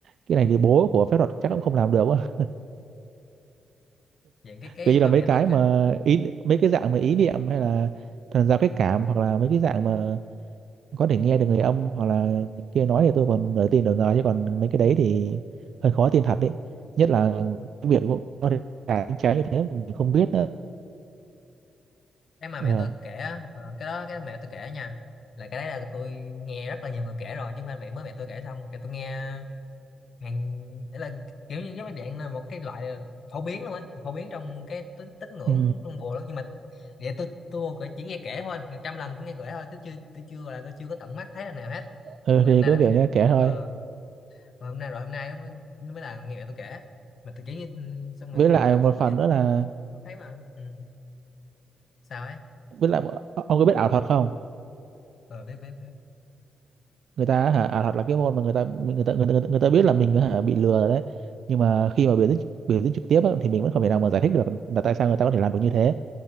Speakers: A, on the right (about 60°); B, on the left (about 45°).
A: cái này thì bố
B: Ừ.
A: của phép thuật chắc cũng không làm được quá
B: Vậy cái cái
A: kiểu như
B: mà
A: là mấy
B: mẹ
A: cái
B: tôi kể
A: mà ý mấy cái dạng mà ý niệm hay là thần giao cách
B: ừ.
A: cảm hoặc là mấy cái dạng mà có thể nghe được người âm hoặc là kia nói thì tôi còn nửa tin nửa ngờ chứ còn mấy cái đấy thì hơi khó tin thật đấy nhất là cái việc có thể cả những trái như thế mình không biết nữa
B: cái mà
A: Ờ.
B: mẹ tôi kể á, ờ, cái đó cái mẹ tôi kể nha là cái đấy là tôi nghe rất là nhiều người kể rồi chứ không phải mẹ mới mẹ tôi kể xong cái tôi nghe ngàn để là kiểu như cái máy điện là một cái loại phổ biến luôn á phổ biến trong cái tín tín ngưỡng
A: ừ.
B: trung bộ đó nhưng mà vậy tôi tôi chỉ nghe kể thôi ngàn trăm lần cũng nghe kể thôi tôi chưa tôi chưa là tôi chưa có tận mắt thấy lần nào hết
A: ừ
B: tôi
A: thì
B: hôm nay
A: cứ
B: là mẹ
A: kiểu nghe kể
B: ờ,
A: thôi
B: ờ, mà hôm nay rồi hôm nay nó mới nó mới là nghe mẹ tôi kể mà tôi chỉ nghe ừ, xong rồi
A: với
B: còn
A: lại
B: mà
A: một
B: tôi cũng
A: phần
B: chưa
A: nữa là
B: có thấy mà ừ. sao ấy
A: với lại ông có biết ảo thuật không
B: ờ biết biết biết
A: người ta hả ảo thuật là cái môn mà người ta người ta người ta, người ta biết là mình hả bị lừa rồi đấy nhưng mà khi mà biểu diễn biểu diễn trực tiếp á, thì mình vẫn không thể nào mà giải thích được là tại sao người ta có thể làm được như thế